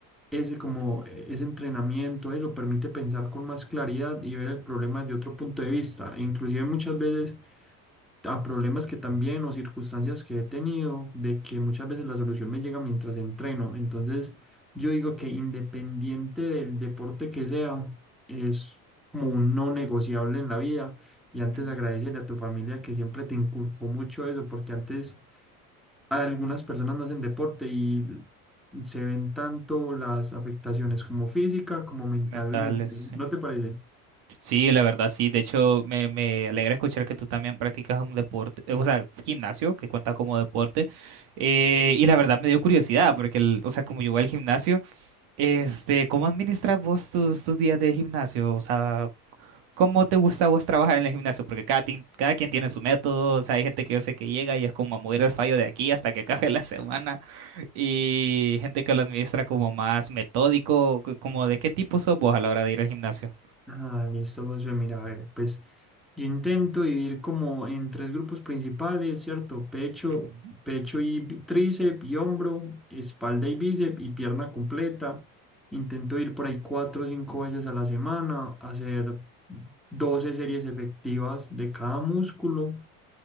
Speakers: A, in the centre; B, on the right.
A: ese como
B: Ujú,
A: eh, ese entrenamiento, eso permite pensar con más claridad y ver el problema de otro punto de vista, e inclusive muchas veces a problemas que también o circunstancias que he tenido, de que muchas veces la solución me llega mientras entreno. Entonces, yo digo que independiente del deporte que sea, es como un no negociable en la vida. Y antes
B: ujú.
A: agradecerle a tu familia que siempre te inculcó mucho eso, porque antes algunas personas no hacen deporte y se ven tanto las afectaciones como física como mentalmente.
B: Mentales, sí.
A: ¿No te parece?
B: Sí, la verdad, sí. De hecho, me, me alegra escuchar que tú también practicas un deporte, eh, o sea, gimnasio, que cuenta como deporte. Eh, y la verdad me dio curiosidad, porque, el- o sea, como yo voy al gimnasio, este, ¿cómo administras vos tus, tus días de gimnasio? O sea, ¿cómo te gusta a vos trabajar en el gimnasio? Porque cada, tin- cada quien tiene su método, o sea, hay gente que yo sé que llega y es como a mover el fallo de aquí hasta que <laughs> acabe la semana. y gente que lo administra como más metódico, co- como de qué tipo sos vos a la hora de ir al gimnasio.
A: Ah, listo, Josué. Mira, a ver, pues yo intento dividir como en tres grupos principales, ¿cierto? Pecho,
B: Ujú.
A: pecho y bi- tríceps y hombro, espalda y bíceps y pierna completa. Intento ir por ahí cuatro o cinco veces a la semana, hacer 12 series efectivas de cada músculo